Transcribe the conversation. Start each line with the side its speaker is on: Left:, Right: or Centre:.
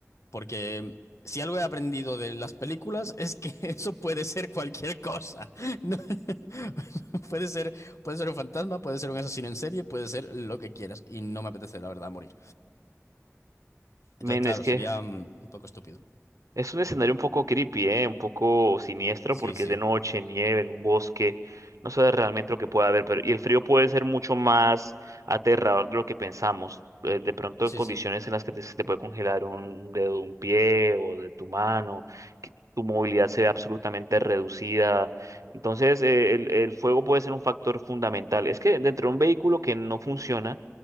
Left: Porque si algo he aprendido de las películas es que <laughs> eso puede ser cualquier cosa. <laughs> No, puede ser, puede ser un fantasma, puede ser un asesino en serie, puede ser lo que quieras. Y no me apetece, la verdad, morir. Entonces,
Right: Men,
Left: claro,
Right: es que
Left: sería mm, un poco estúpido.
Right: Es un escenario un poco creepy, ¿eh? Un poco siniestro
Left: Sí,
Right: porque
Left: sí,
Right: es de noche, nieve, en un bosque. No sabes realmente lo que puede haber, pero y el frío puede ser mucho más aterrador de lo que pensamos. Eh, De pronto
Left: sí,
Right: en condiciones
Left: sí,
Right: en las que te, se te puede congelar un dedo de un pie o de tu mano, que tu movilidad se ve absolutamente reducida. Entonces, eh, el, el fuego puede ser un factor fundamental. Es que dentro de un vehículo que no funciona,